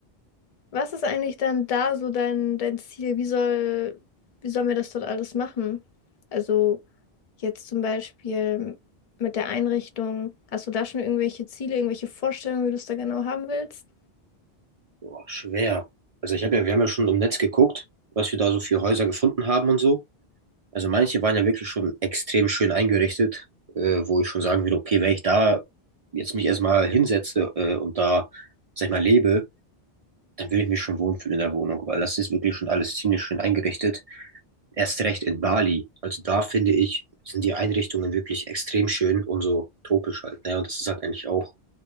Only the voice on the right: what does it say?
Boah, schwer. Also ich habe ja, wir haben ja schon im Netz geguckt, was wir da so für Häuser gefunden haben und so. Also manche waren ja wirklich schon extrem schön eingerichtet, äh, wo ich schon sagen würde, okay, wenn ich da jetzt mich erstmal hinsetze, äh, und da, sag ich mal, lebe, dann würde ich mich schon wohlfühlen in der Wohnung, weil das ist wirklich schon alles ziemlich schön eingerichtet. Erst recht in Bali. Also da finde ich, sind die Einrichtungen wirklich extrem schön und so tropisch halt. Ne? Und das ist halt eigentlich auch